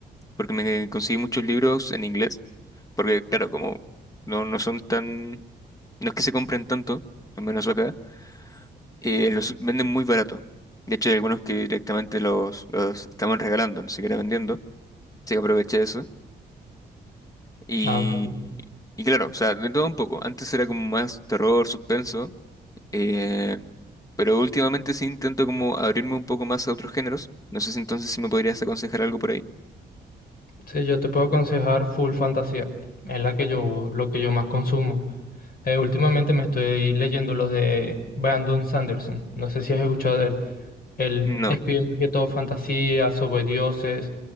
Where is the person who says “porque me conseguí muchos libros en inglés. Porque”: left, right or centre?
Left